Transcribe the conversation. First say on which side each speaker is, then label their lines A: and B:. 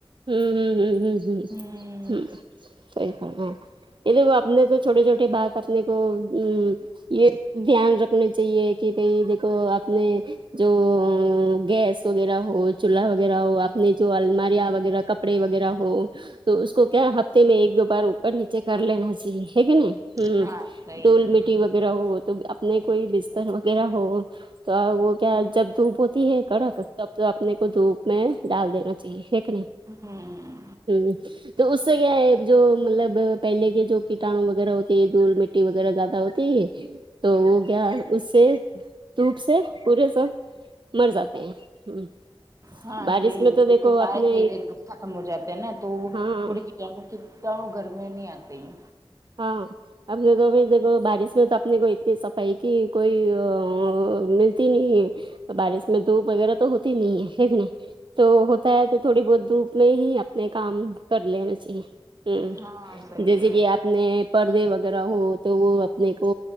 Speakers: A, on the right; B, on the right.
A: امم امم امم
B: ہوں
A: امم صحیح فرماںے یہ دیکھو اپنے تو چھوٹے چھوٹے بات اپنے کو امم یہ دھیان رکھنے چاہیے کہ بھاںی دیکھو اپنے جو امم گیس وغیرہ ہو چولہا وغیرہ ہو اپنی جو الماریاں وغ وغیرہ کپڑے وغیرہ ہو تو اس کو کیا ہفتے میں ایک دو بار اوپر نیچے کر لینا چاہیے ہےکہ نہیں ہوں
B: ہاں صحیح
A: دھول مٹی وغیرہ ہو تو اپنے کوئی بستر وغیرہ ہو تا وہ کیا جب دھوپ ہوتی ہے کڑک تب تو اپنے کو دھوپ میں ڈال دینا چاہیے بےشک نہیں
B: اممم
A: امم تو اس سے کیا ہے جو مطلب پہلے کے جو کٹانو وغیرہ ہوتی ہے ڈھول مٹی ٹی وغیرہ زیادہ ہوتی تو وہ کیا اس سے دھوپ سے پورے زخم مر جاتے ہیں امم
B: ہاں
A: بارش
B: صحیح
A: میں
B: ہے
A: تو
B: دھوپ
A: دیکھو
B: سے سارے
A: اپنے
B: کیڑے ختم ہو جاتے ہیں نا تو وہ
A: ہاں
B: تھوڑی کیٹینو ویٹانو گھر میں نہیں آتے ہیں
A: ہاں اپنےکوابھیچ دیکھو بارش ہوئی تو اپنے کو اتنی صفائی کی کوئیی ہاں آ آ ملتی نہیں ہے بارش میں دھوپ وغیرہ تو ہوتی نہیں ہے ہے کے نہیں تو ہوتا ہے تو تھوڑی بہت دھوپ میں ہی اپنے کام کر لینا چاہیے امم
B: ہاں صحیح
A: جیسے
B: ہے
A: کہ ا پنے پردے وغیرہ ہو تو وہ اپنے کو